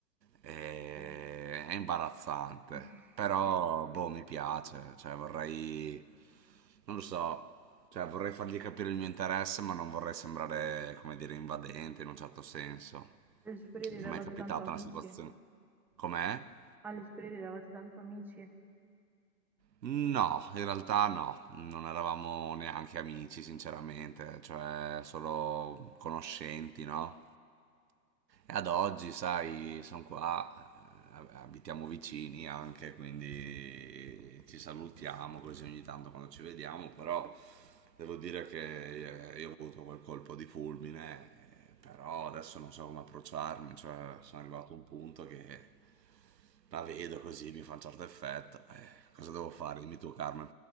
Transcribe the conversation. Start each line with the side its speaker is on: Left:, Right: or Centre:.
Right: E-
Centre: Eh,
Right: È imbarazzante,
Centre: <laughs>
Right: però, boh, mi piace, cioè, vorrei, non lo so, cioè, vorrei fargli capire il mio interesse, ma non vorrei sembrare, come dire, invadente in un certo senso.
Centre: Alle superiori eravate
Right: Ti è mai capitata
Centre: tanto amici,
Right: una situazione? Com'è?
Centre: alle superiori eravate tanto amici,
Right: No, in realtà no, non eravamo neanche amici, sinceramente, cioè solo conoscenti, no? E ad oggi, sai, sono qua, eh, abitiamo vicini anche, quindi ci salutiamo così ogni tanto quando ci vediamo, però devo dire che eh, io ho avuto quel colpo di fulmine, eh, però adesso non so come approcciarmi, cioè sono arrivato a un punto che la vedo così, mi fa un certo effetto. eh, cosa devo fare? Dimmi tu, Carmen.